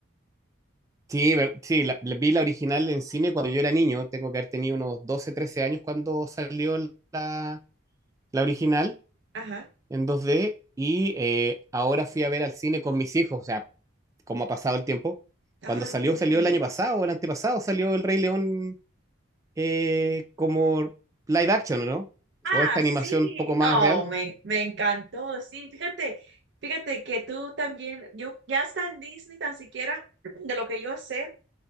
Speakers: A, on the right; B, on the right.
A: Sí, ver- sí, la, la- vi la original en cine cuando yo era niño, tengo que haber tenido unos 12 13 años cuando salió la, la original
B: Ajá.
A: en dos d y eh, ahora fui a ver al cine con mis hijos, o sea, cómo ha pasado el tiempo.
B: Ah,
A: Cuando salió,
B: mira.
A: salió el año pasado, el antepasado, salió El Rey León eh, como live action, ¿o ¿no?
B: Ah,
A: O esta
B: sí.
A: animación un poco más
B: Oh,
A: real.
B: me, me encantó, sí. Fíjate, fíjate que tú también, yo ya está en Disney tan siquiera, <clears throat> de lo que yo sé.